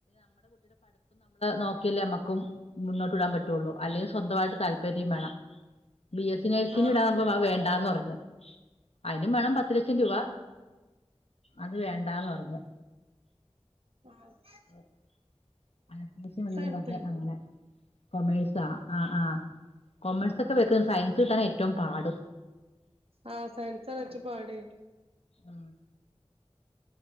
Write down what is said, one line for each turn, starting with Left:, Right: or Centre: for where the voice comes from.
Left: നോക്കിയല്ലേ നമ്മുക്കും മുന്നോട്ട് വിടാൻ പറ്റുള്ളു അല്ലെങ്കിൽ സ്വന്തമായിട്ട് താല്പര്യം മേണം. ബി എസ്സി നേഴ്സിന്ന്
Right: ആഹ്
Left: വിടാന്ന്
Right: ആഹ്
Left: പറഞ്ഞപ്പോ
Right: അതെ
Left: അത് വേണ്ടാന്ന് പറഞ്ഞു. അതിനും വേണം പത്തു ലക്ഷം രൂപ അത് വേണ്ടാന്ന് പറഞ്ഞു.
Right: ഓൻ കോമേഴ്‌സ്.
Left: അത് അനസ്തേഷ്യ <unintelligible>
Right: എടുത്തെ
Left: അങ്ങനെ കൊമേഴ്സ് ആ ആ. ആ കോമേഴസ് ക്കെക്ക സയൻസ് കിട്ടാൻ ഏറ്റവും പാടും
Right: ആഹ സയൻസ വച്ച പോടെേ
Left: ഉം